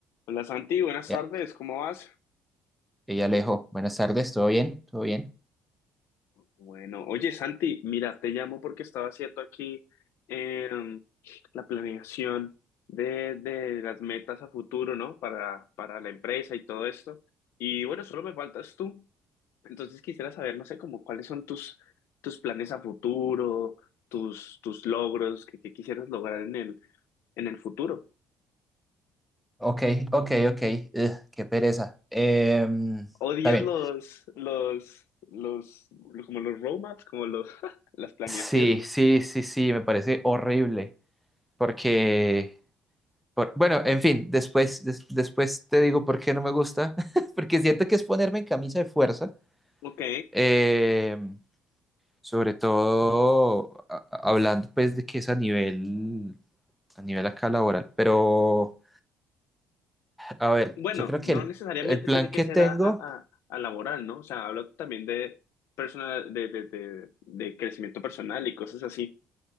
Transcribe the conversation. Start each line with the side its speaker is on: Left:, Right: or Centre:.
Left: Hola Santi, buenas
Centre: Ya,
Left: tardes, ¿cómo vas?
Centre: Ella Alejo, buenas tardes, ¿todo bien? ¿Todo bien?
Left: Bueno, oye Santi, mira, te llamo porque estaba haciendo aquí em, la planeación de, de las metas a futuro, ¿no? Para, para la empresa y todo esto. Y bueno, solo me faltas tú. Entonces quisiera saber, no sé, como cuáles son tus, tus planes a futuro, tus, tus logros que, que quisieras lograr en el, en el futuro.
Centre: Ok, ok, ok, Ugh, qué pereza. Em,
Left: ¿Odias
Centre: está bien.
Left: los, los, los, como los roadmaps, como los, <laughs> las planeaciones?
Centre: Sí, sí, sí, sí, me parece horrible, porque, por- bueno, en fin, después, des- después te digo por qué no me gusta, <laughs> porque siento que es ponerme en camisa de fuerza.
Left: Ok.
Centre: Eh, sobre todo a- a- hablando pues de que es a nivel, a nivel acá laboral. Pero, a ver,
Left: Bueno,
Centre: yo creo que
Left: no
Centre: el,
Left: necesariamente
Centre: el plan
Left: tiene que
Centre: que
Left: ser
Centre: tengo,
Left: a, a- a- a laboral, ¿no? O sea, hablo también de personal, de, de, de, de crecimiento personal y cosas así.